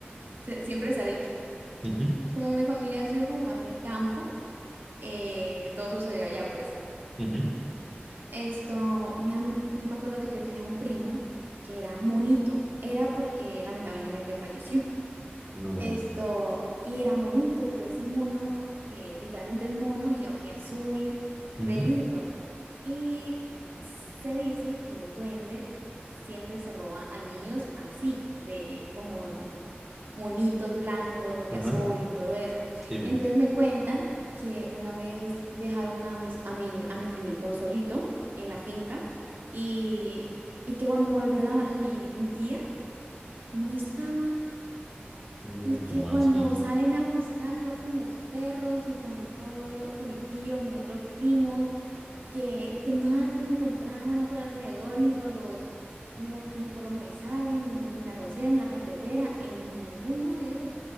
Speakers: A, on the right; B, in the centre.
A: se- siempre se ha dicho.
B: Ujú,
A: Como mi familia ha sido como más del campo, eh, todo sucedió allá, pues.
B: ujú,
A: Esto, mi am- yo me acuerdo que yo tenía un primo que era monito, era porque lamentablemente falleció.
B: No,
A: Esto, y era monito, pero ese mono que literalmente es mono y azul
B: ujú,
A: re lindo. Y se dice que el duende siempre se roba a niños así, de como monitos blancos,
B: ajá,
A: azul y todo eso.
B: sí, ve,
A: Entonces me cuentan que una vez dejaron a, mis, a, mi, a mi primito solito en la finca y, y que cuando volvió la- mi, mi tía, no estaba
B: mm,
A: y que
B: como
A: cuando
B: así,
A: salen a buscarlo con los perros y con todo, con mi tío, mis otros primos, que, que nada que lo encontraban por alrededor, ni por los, ni, mo- ni por los maizales, ni, ni en la rosera, ni en la cafetera, en ninguno de esos.